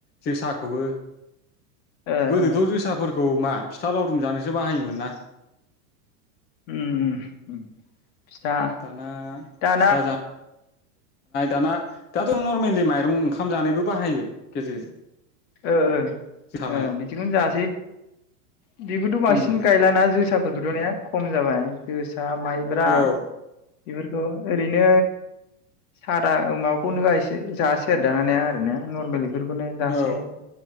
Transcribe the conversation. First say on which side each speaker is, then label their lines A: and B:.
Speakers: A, on the left; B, on the left.
A: जोसा खौबो
B: ओ
A: गोदोथ'
B: ओ
A: जोसाफोर खौ मा फिथा लावदुम जानोसो बाहायोमोन ना।
B: उम उम। फिथा
A: दाना
B: दाना
A: फिथा जा दाना दाथ' नरमेलि माइरं ओंखाम जानायबो बाहायो गेजेर गेजेर।
B: ओ ओ
A: जोसा
B: ओ
A: माइखौ
B: बिदिखौनो जा <inaudible> बेखौथ' बांसिन
A: उम
B: गायलाना जोसाफोरखौथ'ना खम जाबाय जोसा सा माइब्रा
A: औ
B: बेफोरखौ ओरैनो सादा माबाखौनो गायसै जासै आरो दाना ने आरोना नरमेलि बेफोरखौनो जासे
A: औ